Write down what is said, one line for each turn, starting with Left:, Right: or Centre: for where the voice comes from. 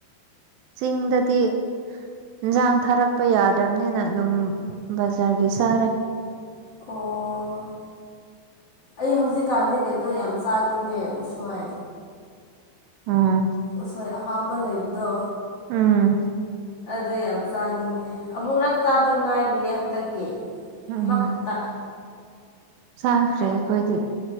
Right: ꯆꯤꯡꯗꯗꯤ ꯏꯟꯁꯥꯡ ꯊꯥꯔꯛꯄ ꯌꯥꯗ꯭ꯔꯕꯅꯤꯅ ꯑꯗꯨꯝ ꯕꯖꯥꯔꯒꯤ ꯆꯥꯔꯦ <unintelligible>
Left: ꯑꯣ
Right: <inaudible>
Left: ꯑꯩ ꯍꯧꯖꯤꯛꯀꯥꯟꯗꯤ ꯀꯩꯅꯣ ꯌꯥꯝ ꯆꯥꯅꯤꯡꯉꯦ ꯎꯁꯣꯏ
Right: ꯎꯝ
Left: ꯑꯁꯣꯏ ꯑꯍꯥꯎꯕ ꯂꯩꯕꯗꯣ
Right: ꯎꯝ
Left: ꯑꯗ ꯌꯥꯝ ꯆꯥꯅꯤꯡꯉꯦ ꯑꯃꯨꯛꯨꯔꯛ ꯆꯥꯇ ꯉꯥꯏꯔꯤꯌꯦ ꯍꯟꯗꯛꯀꯤ
Right: ꯎꯝꯝ
Left: ꯑꯃꯈꯛꯇ
Right: ꯆꯥꯈ꯭ꯔꯦ ꯑꯩꯈꯣꯏꯗꯤ